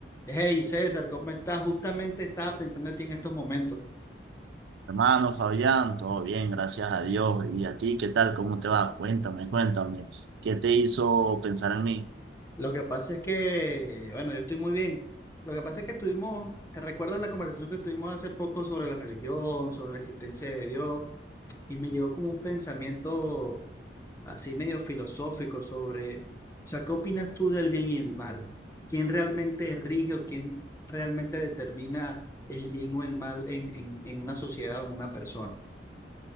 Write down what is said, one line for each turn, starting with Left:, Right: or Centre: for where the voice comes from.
Left: Hey César, ¿cómo estás? Justamente estaba pensando en ti en estos momentos.
Right: Hermano Fabián, todo bien, gracias a Dios. ¿Y a ti qué tal? ¿Cómo te va? Cuéntame, cuéntame. ¿Qué te hizo pensar en mí?
Left: Lo que pasa es que, bueno, yo estoy muy bien. Lo que pasa es que tuvimos, ¿te recuerdas la conversación que tuvimos hace poco sobre la religión, sobre la existencia de Dios? Y me llegó como un pensamiento así medio filosófico sobre, o sea, ¿qué opinas tú del bien y el mal? ¿Quién realmente rige o quién realmente determina el bien o el mal en, en en una sociedad o en una persona?